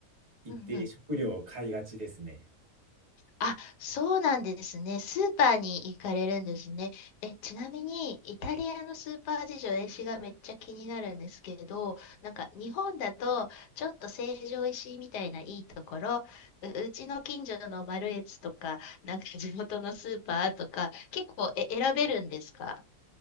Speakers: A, on the right; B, on the left.
A: 行って食料を買いがちですね。
B: うん、うん。あ、そうなんですね。スーパーに行かれるんですね。え、ちなみに、イタリアのスーパー事情、私がめっちゃ気になるんですけど、なんか日本だと、ちょっと成城石井みたいないいところ、う、うちの近所のマルエツとか、<laughs> なんか地元のスーパーとか、結構え選べるんですか